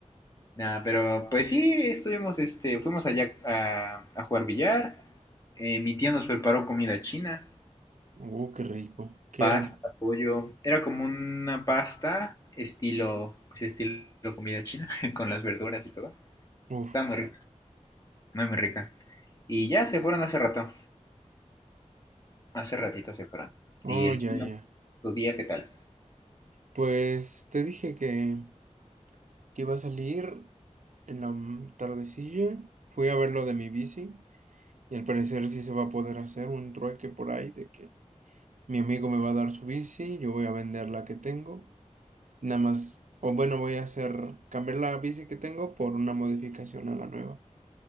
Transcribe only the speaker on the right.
uh, qué rico. ¿Qué
era?
Uf.
Oh,
ya,
ya.
Pues te dije que, que iba a salir. En la m- tardecilla fui a ver lo de mi bici y al parecer sí se va a poder hacer un trueque por ahí de que mi amigo me va a dar su bici, yo voy a vender la que tengo, nada más, o bueno, voy a hacer cambiar la bici que tengo por una modificación a la nueva.